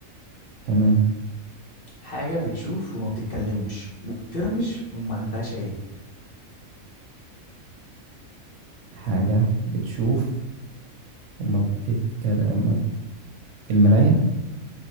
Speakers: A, on the right (about 65°); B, on the left (about 50°).
A: تمام
B: حاجة بتشوف وما بتتكلمش وبترمش وما عندهاش عين
A: حاجة بتشوف وما بتتكلم ما بت... المراية